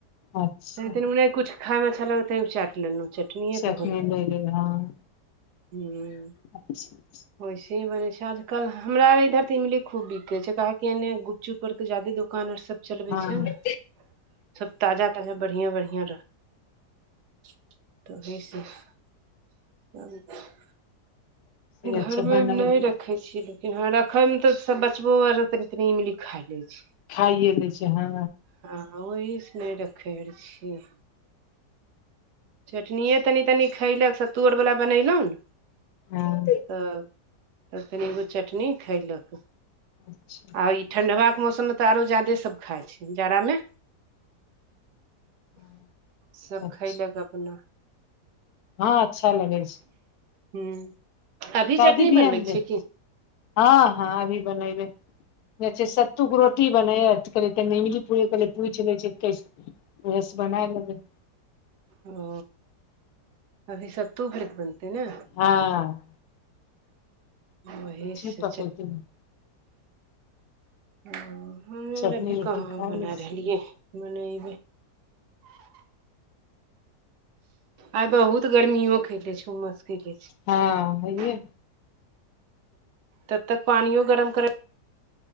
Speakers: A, on the left (about 70°); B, on the right (about 75°).
A: अच्छा
B: तनि तनी नहि कुछ खाय में छले तनी चाट लेलुँ चटनीए
A: चटनी
B: तऽ फल
A: लय लेबै हँ
B: ह
A: अच्छा
B: वैसे बनै छै आजकल हमरा इधर तऽ इमली खूब बिकै छै काहेक केने गुपचुप आर के जदे दोकान आर सब चलबे
A: हँ
B: छै ने सब ताजा ताजा बढ़िया बढ़िआ रह <unintelligible>
A: से
B: घर
A: अच्छा
B: मे
A: बनैबै
B: नहि रख रखे छीै लेकिन हँ रखे मे तऽ सब बचबो आर तनी तनी इमली खा ले छै
A: खाइे लेय छै हँ
B: हँ ओहि से नहि रखै छियै चटनिये तनी तनि खयलक सत्तू आओर बला बनेलहुँ ने
A: हँ
B: तब तब कनिगो चटनी खैलक
A: अच्छा
B: आ ई ठंडवा के मौसम मे तऽ आरो जादे सब खाइ छै जाड़ामे
A: हाँ,
B: सभ
A: अच्छा
B: खयलक अपना
A: हँ अच्छा लगे छै
B: हूँ अभी
A: शादी
B: चटनी
A: बीमे
B: बनबैके छै की
A: हँ हँ अभी बनाबे सत्तु गुरो की बनै कह इमली प पूछि लेह बना लेबै
B: ओ अभी सत्तू भरि देलकै न
A: हँ
B: वही
A: छी
B: से
A: पकै केने
B: ओ हमे
A: चटनी
B: आर अभी
A: रोटी
B: कहाँ
A: खाय
B: बना
A: ले
B: रहलियै बनयबै आइ बहुत गर्मियो कैने छै उमस कैने छै
A: हँ हइये
B: तब तक पानियो गरम करे